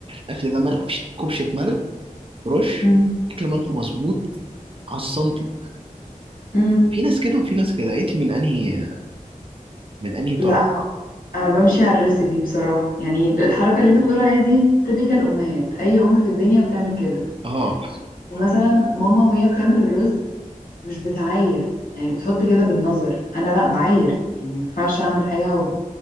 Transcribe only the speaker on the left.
مم.
مم.
لا انا بمشي على الريسبي بصراحه يعني الحركه اللي انت بتقول عليها دي تبيكال امهات اي ام في الدنيا بتعمل كده
مثلا ماما وهي بتعمل الرز مش بتعاير يعني بتحط كده بالنظر انا لا بعاير يعني ما ينفعش اعمل حاجه